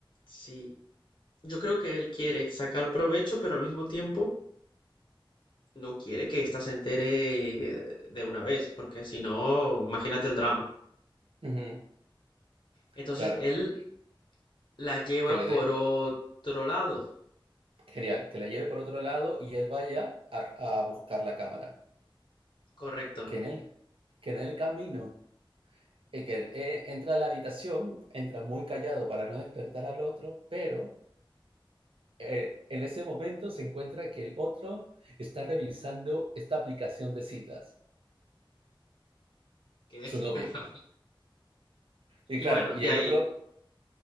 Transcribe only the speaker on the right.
Ujú,
claro,
que le
dé,
genial, que le lleve por otro lado y él vaya a, a buscar la cámara.
Que en el, que en el camino, eh, que eh, entra a la habitación, entra muy callado para no despertar al otro, pero eh, en ese momento se encuentra que el otro está revisando esta aplicación de citas,
su novio.
Y
claro,
y
el
otro